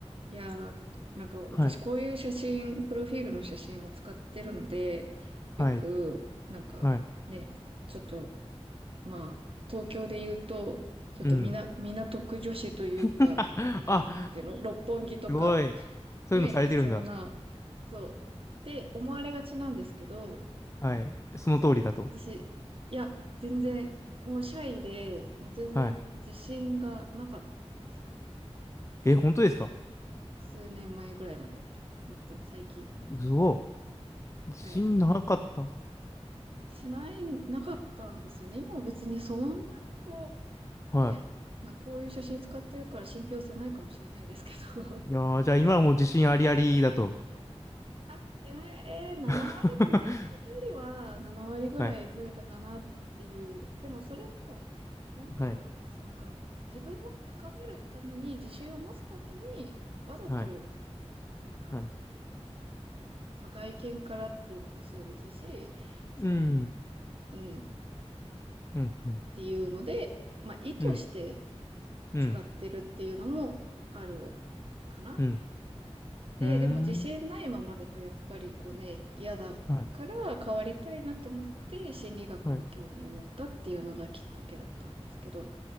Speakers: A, on the right; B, on the left.
A: いやー、なんか私こういう写真、
B: はい、
A: プロフィールの写真を使ってるので、
B: はい、
A: よく、なんかね、
B: はい。
A: ちょっと、まあ、東京で言うと、ちょっとみな、
B: うん。
A: 港区女子というか、
B: <laughs>
A: なん、
B: あ、
A: なんていうの、六本木とか、
B: すごい。そういうのされてるんだ。
A: ね、いそうな、そう、って思われがちなんですけど、
B: はい。その通りだと。
A: そう、私、いや、全然、もうシャイで、もう全然自信がなかったんですよ。
B: はい。え、本当ですか
A: もう数年前ぐらいまで。ほんと、最近。
B: うお、自信なかった。
A: はい。しない、なかったんですよね。今も別にそんなにこ
B: は
A: う、ね、まあ、こういう写真使ってるから信憑性ないかもしれないですけど。
B: い。
A: <laughs>
B: いやー、じゃあ今はもう自信ありありだと。
A: あ、いやね、えー、7割、
B: <laughs>
A: 前よりは7割ぐらい増えたかなっていう。
B: はい、
A: でもそれも、なんて言うんだろう。
B: はい、
A: そのなんか、自分を高めるために、自信を持つために、わざと、
B: はい、
A: なんか、
B: はい。
A: この、まあ、外見からっていうのもそうですし、その、
B: うん、
A: うん、っ
B: うん、うん、
A: ていうので、まあ、意図して、
B: うん、うん、
A: 使ってるっていうのもあるかな。
B: うん、
A: で、
B: うーん。
A: でも自信ないままだとやっぱりこうね、嫌だから変わりたいなと思って心理学に興味を持ったっていうのがきっかけだったんですけど。
B: はい、はい。